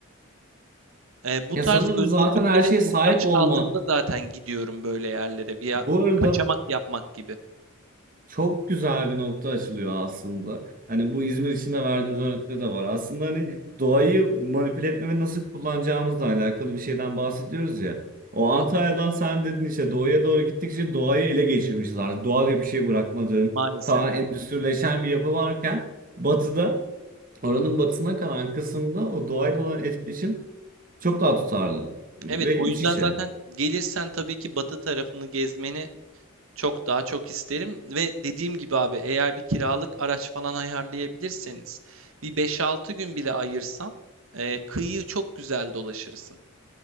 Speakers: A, on the right; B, on the right.
A: Ee, bu
B: Ya
A: tarz
B: sanırım
A: özgürlüklere
B: zaten her şeye
A: muhtaç
B: sahip olma.
A: kaldığımda zaten gidiyorum böyle yerlere. Bir ya-
B: Bu arada
A: kaçamak yapmak gibi.
B: çok güzel bir nokta açılıyor aslında. Hani bu İzmir için de verdiğimiz örnekte de var. Aslında hani
A: Hı hı.
B: doğayı manipüle etme ve nasıl kullanacağımızla alakalı bir şeyden bahsediyoruz ya. O Antalya'dan
A: Hı hı.
B: sen dedin işte doğuya doğru gittikçe doğayı ele geçirmişiz artık. Doğa diye bir şey bırakmadığın,
A: Maalesef.
B: tamamen endüstrileşen bir yapı varken batıda, oranın batısına kalan kısımda o doğayla olan etkileşim çok daha tutarlı ve
A: Evet, o
B: iç
A: yüzden
B: içe.
A: zaten gelirsen tabii ki batı tarafını gezmeni Çok daha çok isterim ve dediğim gibi abi eğer bir kiralık araç falan ayarlayabilirseniz bir beş altı gün bile ayırsan e, kıyı çok güzel dolaşırsın.